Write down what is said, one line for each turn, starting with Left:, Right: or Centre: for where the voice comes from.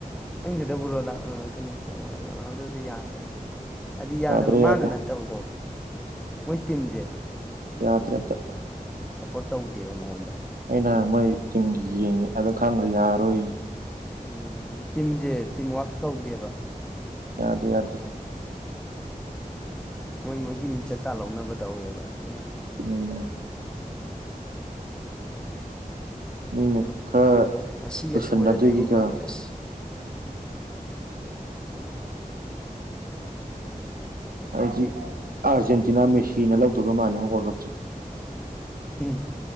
Centre: <unintelligible> ꯑꯗꯨꯗꯤ ꯌꯥꯗ꯭ꯔꯦ ꯍꯥꯏꯗꯤ ꯌꯥꯗꯕ
Right: ꯌꯥꯗ꯭ꯔꯦ
Centre: ꯃꯥꯅ
Right: ꯌꯥꯗ꯭ꯔꯦ
Centre: ꯅꯠꯇꯕꯀꯣ ꯃꯣꯏ ꯇꯤꯝꯖꯦ
Right: ꯌꯥꯗꯔꯦ ꯑꯝꯇꯥ ꯫
Centre: ꯁꯞꯄꯣꯔꯠ ꯇꯧꯗꯦꯕ ꯃꯉꯣꯟꯗ
Right: ꯑꯩꯅ ꯃꯣꯏ ꯇꯤꯝꯒꯤ ꯌꯦꯡꯉꯤ ꯑꯗꯨ ꯈꯪꯒꯔꯦꯌꯥꯔꯣꯏꯖꯦ ꯫
Centre: ꯎꯝ ꯇꯤꯝꯖꯦ ꯇꯤꯝꯋꯥꯛ ꯇꯧꯗꯦꯕ꯫
Right: ꯌꯥꯗꯦ - ꯌꯥꯗꯤ꯫
Centre: ꯃꯣꯏ ꯃꯣꯏꯒꯤ ꯃꯤꯡꯆꯠ ꯇꯥꯜꯍꯧꯅꯕ ꯇꯧꯋꯦꯕ ꯑꯗꯨꯅ
Right: ꯎꯝ ꯃꯤꯅ ꯈꯔ
Centre: ꯎ ꯉꯁꯤꯒ
Right: ꯇꯨꯁꯟꯅꯗꯣꯏꯒꯤꯒ
Centre: ꯁꯣꯏꯔꯗꯤꯕ ꯃꯥꯗꯤ ꯑꯁ!
Right: ꯑꯩꯗꯤ ꯑꯥꯔꯖꯦꯟꯇꯤꯅꯥ ꯃꯦꯁꯤꯅ ꯂꯧꯗꯨꯒ ꯃꯥꯜꯂꯦ ꯋꯥꯔꯜ ꯀꯞꯁꯦ꯫
Centre: ꯎꯝ꯫